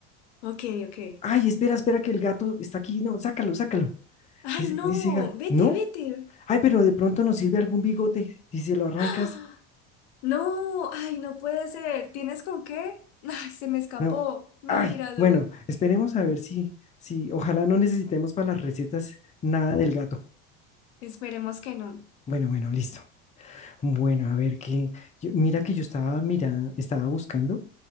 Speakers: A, on the left; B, on the left.
A: Ok, ok.
B: Ay, espera, espera que el gato está aquí. No, sácalo, sácalo.
A: Ay,
B: Ese,
A: no.
B: ese ga-
A: Vete,
B: ¿no?
A: vete.
B: Ay, pero de pronto nos sirve algún bigote. Si se lo
A: <gasps>
B: arrancas,
A: ¡Ah! No, ay, no puede ser. ¿Tienes con qué? Ay, se me escapó.
B: no.
A: Míralo.
B: Ay, bueno, esperemos a ver si, si, ojalá no necesitemos para las recetas nada del gato.
A: Esperemos que no.
B: Bueno, bueno, listo. Bueno, a ver qué. yo- mira que yo estaba mirando, estaba buscando